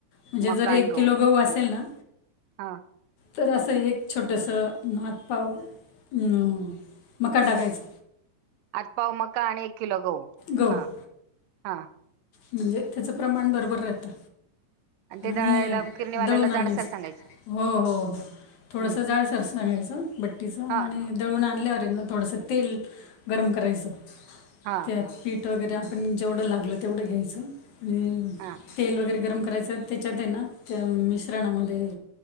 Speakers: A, on the left; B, on the right.
A: म्हणजे
B: मका
A: जरी
B: आणि
A: एक किलो गहू असेल ना.
B: हा
A: तर असं एक छोटस आतपाव हम्म मका टाकायच.
B: आता पाव मका आणि एक किलो गहू.
A: गहू
B: हा. हा.
A: म्हणजे त्याचं प्रमाण बरोबर राहतं.
B: ते
A: आणि
B: दळायला किरणीवाल्याला
A: दळून
B: जाडसर
A: आणायच.
B: सांगायचं
A: हो हो हो थोडस
B: हम्म
A: जाडसर. सांगायच बट्टीच.
B: हा.
A: दळून आणल्यावर ना थोडस तेल गरम करायचं.
B: हा
A: त्या पीठ वगैरे आपण जेवढं लागलं तेवढं घ्यायचं. आणि
B: हा
A: तेल वगैरे गरम करायचं. त्याच्याते ना, त्या मिश्रणामध्ये.